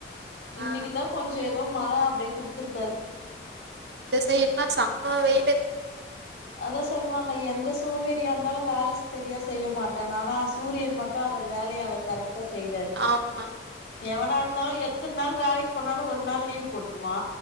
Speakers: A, on the left; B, on the right.
A: இன்னிக்குதா
B: ஆ
A: கொஞ்ச ஏதோ மழ அப்டியே குடுத்துருக்காரு
B: இந்த சைடுல்லா செம்ம வெயிலு
A: அதா சொல்வாங்க எந்த சோம்பேரியா இருந்தாலு வேல சரியா செய்ய மாட்டே ஆனா சூரியன் மட்டு அவர் வேலய அவர் கரெக்ட் டா செய்றாரு
B: ஆமா
A: எவனா இருந்தாலு எ எத்தன் நாள் வேலைக்கு போனாலு ஒரு நாள் லீவ் போட்டு டுவா